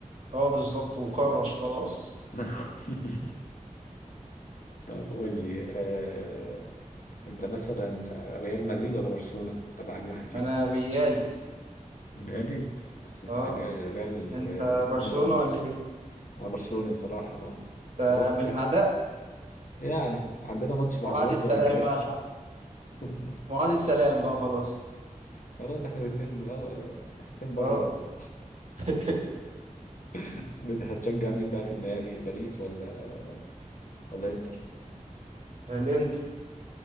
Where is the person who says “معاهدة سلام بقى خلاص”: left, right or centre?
Right